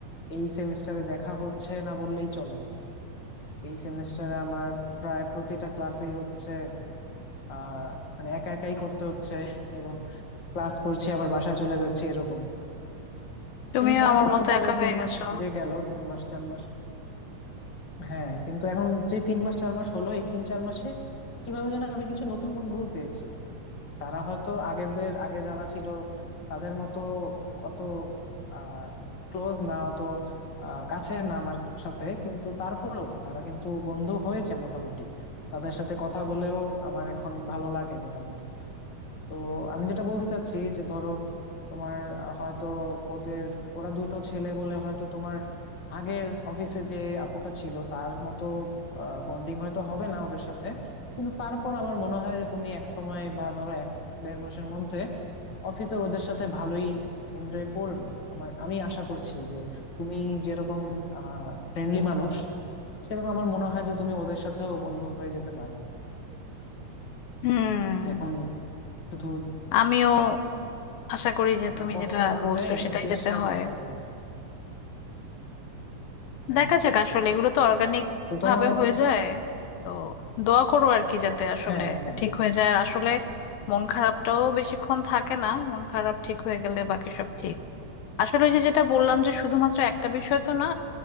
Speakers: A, on the left (about 35°); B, on the left (about 85°).
A: এই সেমিস্টারে দেখা হচ্ছে না বললেই চলে এই সেমিস্টারে আমার প্রায় প্রতিটা ক্লাসেই হচ্ছে আহ মানে একা একাই করতে হচ্ছে এবং ক্লাস করছি আবার বাসায় চলে যাচ্ছি এরকম
B: তুমিও
A: কিন্তু তারপরেও
B: আমার মতো
A: ধরো
B: একা
A: এই
B: হয়ে
A: তিন মাস
B: গেছো
A: যে গেল তিন মাস চার মাস হ্যাঁ কিন্তু এখন যে তিন মাস চার মাস হলো এই তিন চার মাসে কিভাবে যেন আমি কিছু নতুন বন্ধু পেয়েছি তারা হয়তো আগেদের আগে যারা ছিল তাদের মতো অত আহ ক্লোজ না অত আহ কাছের না আমার সাথে কিন্তু তারপরেও তারা কিন্তু বন্ধু হয়েছে মোটামুটি তাদের সাথে কথা বলেও আমার এখন ভালো লাগে মোটামুটি তো আমি যেটা বলতে চাচ্ছি যে ধরো তোমার আহ, হয়তো ওদের ওরা দুটো ছেলে বলে হয়তো তোমার আগের অফিসে যে আপুটা ছিল তার মতো বন্ডিং হয়তো হবে না ওদের সাথে কিন্তু তারপর আমার মনে হয় যে তুমি এক সময় বা ধরো এক দেড় মাসের মধ্যে অফিসের ওদের সাথে ভালোই এনজয় করবে আমার আমি আশা করছি যে তুমি যেরকম আহ ফ্রেন্ডলি মানুষ সেরকম আমার মনে হয় যে তুমি ওদের সাথেও বন্ধু হয়ে যেতে পারবে
B: হুম
A: তো এখন শুধু
B: আমিও আশা করি যে
A: মানে
B: তুমি
A: কষ্ট
B: যেটা
A: না
B: বলছো
A: পেয়ে
B: সেটাই
A: চেষ্টা
B: যেতে হয়
A: করতে হবে আর কি হ্যাঁ
B: দেখা যাক আসলে এগুলো তো অর্গানিক
A: তো তোমার
B: ভাবে হয়ে যায় তো দোয়া করো আর কি যাতে আসলে
A: হ্যাঁ একদম
B: ঠিক হয়ে যায় আর আসলে মন খারাপটাও বেশিক্ষণ থাকে না মন খারাপ ঠিক হয়ে গেলে বাকি সব ঠিক আসলে ওই যে যেটা বললাম যে শুধুমাত্র একটা বিষয় তো না